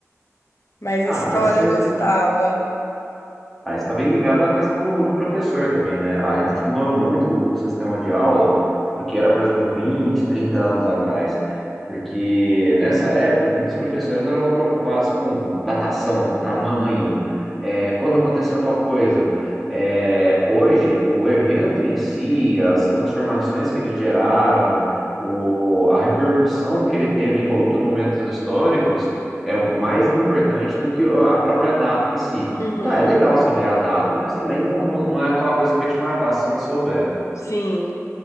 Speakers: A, on the left; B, in the centre.
A: mas
B: Ah,
A: história
B: mas você
A: eu gostava.
B: Ah, isso está bem ligado à questão do, do professor também, né? A gente mudou muito o, o sistema de aula do que era, por exemplo, 20, 30 anos atrás. Porque nessa época, muitos professores eram preocupados com datação, tamanho, eh, quando aconteceu tal coisa. Eh, hoje, o evento em si, as transformações que ele geraram, o, a repercussão que ele teve em outros momentos históricos, é o mais importante do que a própria data em si.
A: Uhum,
B: Tá, é legal saber a data, mas também não, não, não é aquela coisa que vai te matar se você não souber.
A: sim.